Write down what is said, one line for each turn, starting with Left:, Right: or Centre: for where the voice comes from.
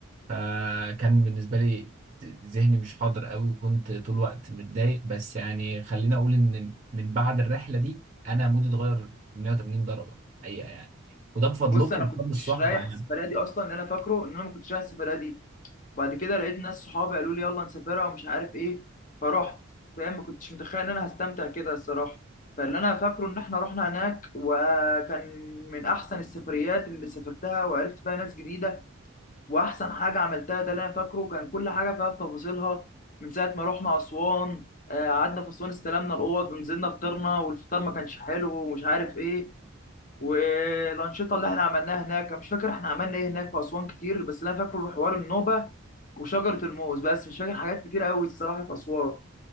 Right: فكان بالنسبة لي ذهني مش حاضر قوي وكنت طول الوقت متضايق بس يعني خليني أقول إن من بعد الرحلة دي أنا مودي اتغير 180 درجة حقيقة يعني وده بفضلكم
Left: بص انا
Right: وبفضل
Left: كنتش
Right: الصحبة
Left: رايح
Right: يعني
Left: السفريه دي اصلا اللي انا فاكره ان انا ما كنتش رايح السفريه دي وبعد كده لقيت ناس صحابي قالوا لي يلا نسافرها ومش عارف ايه فرحت فاهم ما كنتش متخيل ان انا هستمتع كده الصراحه فاللي انا فاكره ان احنا رحنا هناك وكان من احسن السفريات اللي سافرتها وعرفت فيها ناس جديده واحسن حاجه عملتها ده اللي انا فاكره كان كل حاجه فيها بتفاصيلها من ساعه ما رحنا اسوان آه، قعدنا في اسوان استلمنا الاوض ونزلنا فطرنا والفطار ما كانش حلو ومش عارف ايه والانشطه اللي احنا عملناها هناك أنا مش فاكر احنا عملنا ايه هناك في اسوان كتير بس اللي انا فاكره حوار النوبه وشجره الموز بس مش فاكر حاجات كتير قوي الصراحه في اسوان